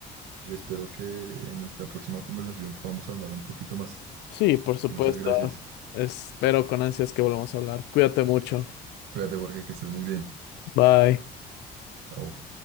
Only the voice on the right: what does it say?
y espero que en nuestra próxima conversación podamos ahondar un poquito más.
Muchas gracias.
Cuídate, Jorge, que estés muy bien.
Chao.